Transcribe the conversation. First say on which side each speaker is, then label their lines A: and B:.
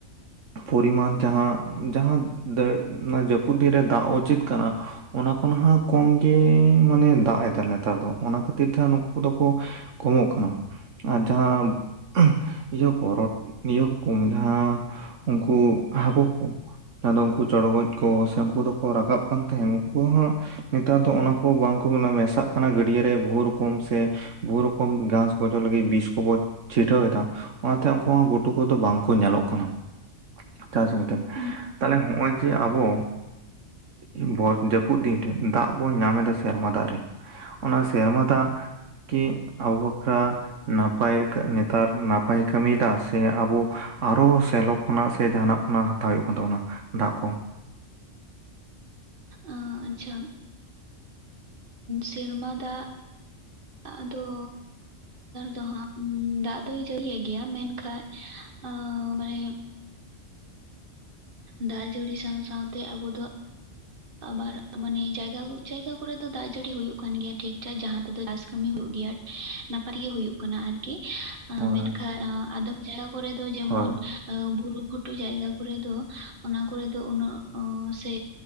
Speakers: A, on the right (about 75°); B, on the right (about 45°).
A: ᱯᱚᱨᱤᱢᱟᱱ ᱡᱟᱦᱟᱸ ᱡᱟᱦᱟᱸ ᱫᱟᱹᱲ <unintelligible> ᱡᱟᱹᱯᱼᱼ ᱯᱩᱜ ᱫᱤᱱ ᱨᱮ ᱫᱟᱜ ᱩᱪᱤᱛ ᱠᱟᱱᱟ ᱚᱱᱟ ᱠᱷᱚᱱ ᱦᱟᱸᱜ ᱠᱚᱢ ᱜᱮ ᱢᱟᱱᱮ ᱫᱟᱜ ᱮᱫᱟ ᱱᱮᱛᱟᱨ ᱫᱚ᱾ ᱚᱱᱟ ᱠᱷᱟᱹᱛᱤᱨ ᱛᱮ ᱦᱟᱸᱜ ᱱᱩᱠᱩ ᱠᱚᱫᱚ ᱠᱚ ᱠᱚᱢᱚᱜ ᱠᱟᱱᱟ ᱟᱨ ᱡᱟᱦᱟᱸᱼᱼ ᱤᱭᱟᱹ ᱠᱚ ᱨᱚᱴ ᱤᱭᱟᱹ ᱠᱚᱢ ᱡᱟᱦᱟᱸ ᱩᱱᱠᱩ ᱦᱟᱠᱩ ᱠᱚ᱾ ᱡᱟᱦᱟᱸ ᱫᱚ ᱩᱱᱠᱩ ᱪᱚᱬᱜᱚᱡ ᱠᱚ ᱥᱮ ᱩᱱᱠᱩ ᱫᱚᱠᱚ ᱨᱟᱠᱟᱵ ᱠᱟᱱ ᱛᱟᱦᱮᱸᱱ ᱩᱱᱠᱩ ᱦᱚᱸᱼᱼ ᱱᱮᱛᱟᱨ ᱫᱚ ᱚᱱᱟ ᱠᱚ ᱵᱟᱝ ᱠᱚ ᱢᱮᱱᱟ ᱢᱮᱥᱟᱜ ᱠᱟᱱᱟ ᱜᱟᱹᱰᱭᱟᱹ ᱨᱮ ᱵᱚᱦᱩ ᱨᱚᱠᱚᱢ ᱥᱮ ᱵᱚᱦᱩ ᱨᱚᱠᱚᱢ ᱜᱷᱟᱸᱥᱼᱼ ᱜᱚᱡᱚᱜ ᱞᱟᱹᱜᱤᱫ ᱵᱤᱥ ᱠᱚᱵᱚ ᱪᱷᱤᱴᱟᱹᱣ ᱮᱫᱟ ᱚᱱᱟᱛᱮ ᱩᱱᱠᱩ ᱦᱚᱸ ᱜᱩᱰᱩ ᱠᱚᱫᱚ ᱵᱟᱝ ᱠᱚ ᱧᱮᱞᱚᱜ ᱠᱟᱱᱟ᱾ <unintelligible>
B: ᱦᱩᱸ,
A: ᱛᱟᱦᱞᱮ‌ ᱦᱚᱸᱜ-ᱚᱸᱭᱼᱼ ᱡᱮ ᱟᱵᱚ ᱮ ᱵᱚᱨ ᱡᱟᱹᱯᱩᱫ ᱫᱤᱱ ᱨᱮ ᱫᱟᱜ ᱵᱚ ᱧᱟᱢ ᱫᱟ ᱥᱮᱨᱢᱟ ᱫᱟᱜ ᱨᱮᱼᱼ ᱚᱱᱟ ᱥᱮᱨᱢᱟ ᱫᱟᱜ ᱠᱤ ᱟᱵᱚᱼᱼ <unintelligible> ‌ ᱱᱟᱯᱟᱭ ᱠᱟ ᱱᱮᱛᱟᱨ ᱱᱟᱯᱟᱭ ᱠᱟᱹᱢᱤᱭ ᱫᱟ ᱥᱮ ᱟᱵᱚ ᱟᱨᱚ ᱥᱮᱞᱚᱠᱼᱼ ᱠᱷᱚᱱᱟᱜ ᱥᱮ ᱡᱟᱦᱟᱸ ᱱᱟᱜ ᱠᱷᱚᱱᱟᱜ ᱦᱟᱛᱟᱣ ᱦᱩᱭᱩᱜ ᱠᱟᱱ ᱛᱟᱵᱚᱱᱟ ᱫᱟᱜ ᱠᱚ᱾
B: ᱟᱻ, ᱟᱪᱪᱷᱟ, ᱥᱮᱨᱢᱟ ᱫᱟᱜ ᱟᱫᱚ ᱫᱚ ᱦᱟᱸᱜ ᱫᱟᱜ ᱫᱚᱭ ᱡᱟᱹᱲᱤᱭᱮᱫ ᱜᱮᱭᱟ ᱢᱮᱱᱠᱷᱟᱡ ᱟᱸᱻ, ᱢᱟᱱᱮ ᱫᱟᱜ ᱡᱟᱹᱲᱤ ᱥᱟᱶ ᱥᱟᱶᱛᱮ ᱟᱵᱚ ᱫᱚ ᱟᱵᱟᱨ ᱢᱟᱱᱮ ᱡᱟᱭᱜᱟ ᱡᱟᱭᱜᱟ ᱠᱚᱨᱮᱫᱚ ᱫᱟᱜ ᱡᱟᱹᱲᱤ ᱦᱩᱭᱩᱜ ᱠᱟᱱ ᱜᱮᱭᱟ ᱴᱷᱤᱠ ᱴᱷᱟᱠ ᱡᱟᱦᱟᱸ ᱛᱮᱫᱚ ᱪᱟᱥ ᱠᱟᱹᱢᱤ ᱦᱩᱭᱩᱜ ᱜᱮᱭᱟ, ᱱᱟᱯᱟᱭ ᱜᱮ ᱦᱩᱭᱩᱜ ᱠᱟᱱᱟ ᱟᱨᱠᱤ
A: ᱦᱳᱭ
B: ᱢᱮᱱᱠᱷᱟᱱ ᱟᱫᱚᱢ ᱡᱟᱭᱜᱟ ᱠᱚᱨᱮ ᱫᱚ ᱡᱮᱢᱚᱱ
A: ᱦᱳᱭ
B: ᱵᱩᱨᱩ ᱜᱷᱩᱴᱩ ᱡᱟᱭᱜᱟ ᱠᱚᱨᱮ ᱫᱚ ᱚᱱᱟ ᱠᱚᱨᱮᱫᱚ ᱩᱱᱟᱹᱜ ᱥᱮ